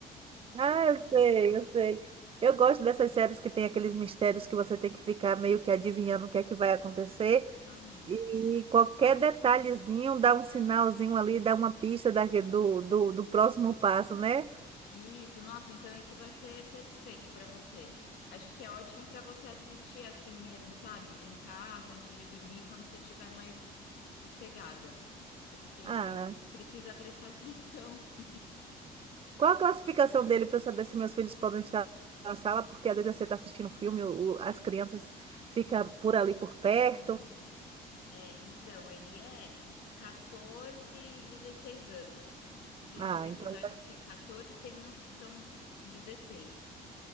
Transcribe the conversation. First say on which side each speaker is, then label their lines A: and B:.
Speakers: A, on the right; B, on the left.
A: ah, eu sei, eu sei. Eu gosto dessas séries que tem aqueles mistérios que você tem que ficar meio que adivinhando o que é que vai acontecer.
B: Ai,
A: E qualquer detalhezinho dá um sinalzinho ali, dá uma pista da, do, do, do próximo passo, né?
B: isso, nossa, então esse vai ser perfeito para você. Acho que é ótimo para você assistir assim mesmo, sabe? Em casa, antes de dormir, quando você estiver mais sossegada, porque
A: Ah,
B: precisa prestar atenção. <laughs>
A: qual a classificação dele para eu saber se meus filhos podem estar na sala? Porque às vezes você está assistindo filme, o- o- as crianças ficam por ali por perto.
B: Hum. É, então, ele é 14 e 16 anos. Tem
A: Ah,
B: uns episódios
A: então.
B: que é 14 tem uns que são dezesseis